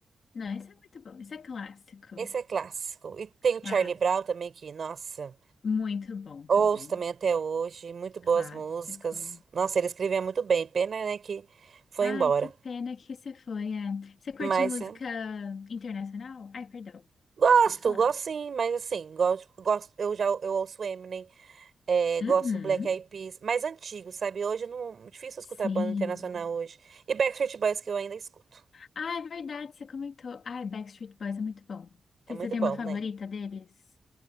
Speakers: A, on the left (about 60°); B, on the right (about 50°).
A: Não, esse é muito bom. Esse é clássico.
B: Esse é clássico. E tem
A: Clássico.
B: o Charlie Brown também, que, nossa,
A: Muito bom
B: ouço
A: também.
B: também até hoje. Muito boas
A: Clássico.
B: músicas. Nossa, ele escrevia muito bem. Pena, né, que foi
A: Ai,
B: embora.
A: que pena que você foi. É. Você curte
B: Mas.
A: música
B: é.
A: internacional? Ai, perdão.
B: Gosto,
A: Pode falar.
B: gosto sim, mas assim, gosto, gosto, eu já eu ouço Eminem, é,
A: Uhum.
B: gosto do Black Eyed Peas, mais antigo, sabe? Hoje não, difícil escutar
A: Sim.
B: banda internacional hoje. E Backstreet Boys que eu ainda escuto.
A: Ah, é verdade, você comentou. Ai, Backstreet Boys é muito bom.
B: É
A: Você
B: muito
A: tem
B: bom,
A: uma favorita
B: né?
A: deles?